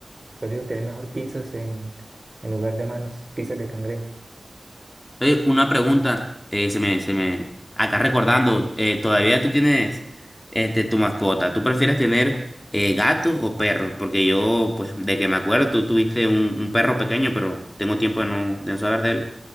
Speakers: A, on the right; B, on the left.
A: Prefiero tener mejor pinzas en, en lugar de manos, pinzas de cangrejo.
B: oye, una pregunta, eh, se me, se me, acá recordando, eh, todavía tú tienes, este, tu mascota, ¿tú prefieres tener eh, gatos o perros? Porque yo, pues, de que me acuerdo, tú tuviste un, un perro pequeño, pero tengo tiempo de no, de no saber de él.